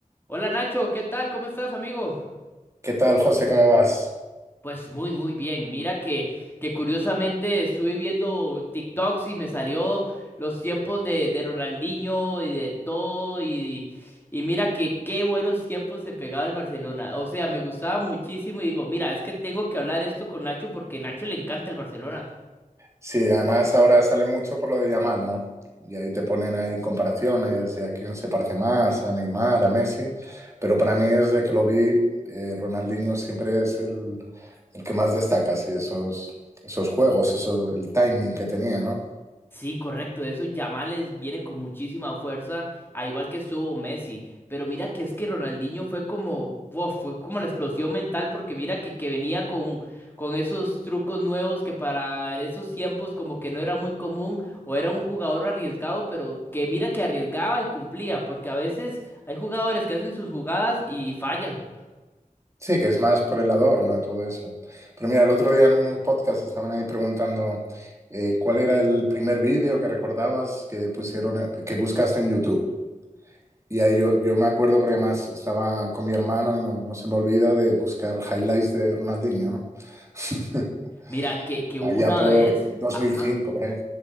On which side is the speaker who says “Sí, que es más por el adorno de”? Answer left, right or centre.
Right